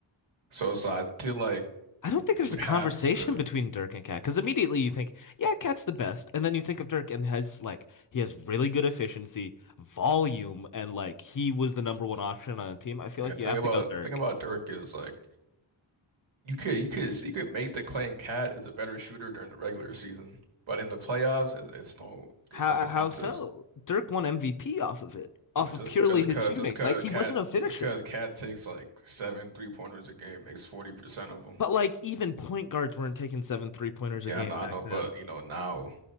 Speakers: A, on the right; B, on the left.
A: So, so I feel like
B: I don't think
A: you
B: there's
A: would
B: a
A: have
B: conversation
A: to
B: between Dirk and Cat because immediately you think, yeah, Cat's the best, and then you think of Dirk and has like he has really good efficiency, volume, and like he was the number one option on a team. I feel
A: yeah,
B: like
A: the thing
B: you have
A: about
B: to go Dirk.
A: the thing about Dirk is like you could you could you could make the claim Cat is a better shooter during the regular season, but in the playoffs it's, it's no
B: How
A: it's not a contest.
B: how so? Dirk won MVP off of it, off
A: I mean
B: of
A: just
B: purely
A: just
B: his
A: cause
B: shooting.
A: just cause
B: Like he
A: Cat
B: wasn't a finisher.
A: just cause Cat takes like seven three pointers a game makes 40% of them.
B: But like even point guards weren't taking seven three pointers
A: Yeah,
B: a game
A: I know, I
B: back
A: know,
B: then.
A: but you know now,